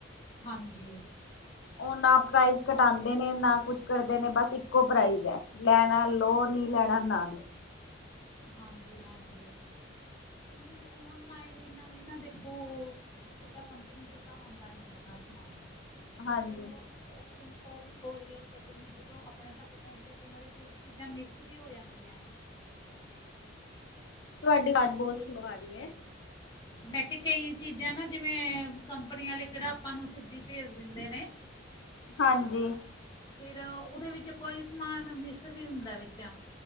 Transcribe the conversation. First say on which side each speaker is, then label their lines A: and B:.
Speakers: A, on the left; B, on the left.
A: ਹਾਂਜੀ
B: ਓਹ ਨਾ ਪ੍ਰਾਈਜ਼ ਘਟਾਨਦੇ ਨੇ ਨਾ ਕੁਛ ਕਰਦੇ ਨੇ ਬਸ ਇੱਕੋ ਪ੍ਰਾਈਜ਼ ਐ। ਲੈਣਾ ਲੋ ਨੀਂ ਲੈਣਾ ਨਾ ਲੋ।
A: ਹਾਂਜੀ-ਹਾਂਜੀ। ਕਿਉਂਕਿ ਔਨਲਾਈਨ ਵੀ ਨਾ ਦੇਖੋ ਸਿੱਧਾ ਕੰਪਨੀ ਚੋਂ ਤਾਂ ਆਦਾ ਨੀ ਹੈਗਾ ਸਮਾਨ ਕਿਉਂਕਿ
B: ਹਾਂਜੀ
A: ਓਹ - ਓਹ ਵੀ ਕੋਰੀਅਰ ਕਰਦੇ ਨੇ ਜਦੋਂ ਅਪਣੇ ਤੱਕ ਪਹੁੰਚਦਾ ਕਈ ਵਾਰੀ ਚੀਜ਼ਾਂ ਮਿਸ ਵੀ ਹੋ ਜਾਂਦੀਆਂ ਨੇ।
B: ਤੁਵਾਡੀ ਆਵਾਜ਼ ਬਹੁਤ
A: ਕਈ
B: ਸਲੋ
A: ਚੀ
B: ਆ ਰਹੀ ਐ।
A: ਮੈਂ ਕਿਹਾ ਕਈ ਚੀਜ਼ਾਂ ਨਾ ਜਿਵੇਂ ਕੰਪਨੀ ਆਲੇ ਕੇੜਾ ਆਪਾਂ ਨੂੰ ਸਿੱਧੀ ਭੇਜ ਦਿੰਦੇ ਨੇ।
B: ਹਾਂਜੀ
A: ਫਿਰ ਓਦੇ ਵਿੱਚ ਕੋਈ ਸਮਾਨ ਮਿਸ ਵੀ ਹੁੰਦਾ ਵਿੱਚ